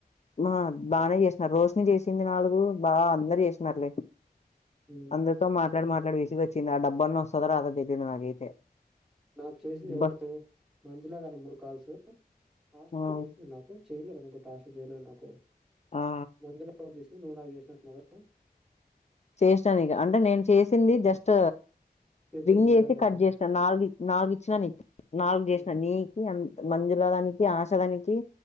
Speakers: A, on the left; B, in the centre.
A: ఆ బాగానే చేసినారు రోషని చేసింది నాలుగు బాగా అందరు చేసినారులే
B: ఉమ్
A: అందరితో మాట్లాడి మాట్లాడి విసుగొచ్చింది ఆ డబ్బు అన్న వస్తదొ, రాదో తెలీదు నాకైతే
B: నాకు చేసింది
A: అబ్బా
B: ఎవరు మంజులా గారు మూడు కాల్సు <unintelligible>
A: ఆ
B: చేసింది నాకు చెయలేదునుకో టాస్క్ లు చేయలేదు నాకు
A: ఆ
B: మంజుల నువ్వు నాకు చేసినట్లున్నావా
A: చేసినా నీకి అంటే నేను చేసింది జస్ట్
B: ఓకే ఓకే
A: రింగ్
B: నువ్వు కాదులే
A: ఇచ్చి
B: అట్లయితే
A: కట్ చేసినా నాలుగు నాలుగు ఇచ్చినా నీకి నాలుగు చేసినా
B: ఉమ్
A: నీకు, మీ మంజలా దానికి ఆషాదానికి